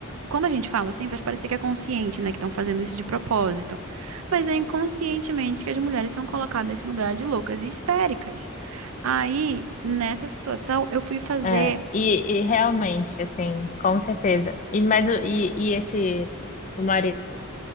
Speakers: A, on the right; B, on the left.
A: quando a gente fala assim, faz parecer que é consciente, né, que estão fazendo isso de propósito. Mas é inconscientemente que as mulheres são colocadas nesse lugar de loucas e histéricas. Aí, nessa situação, eu fui fazer.
B: É, e, e realmente, assim, com certeza. E, mas, o- e, e esse, o marido?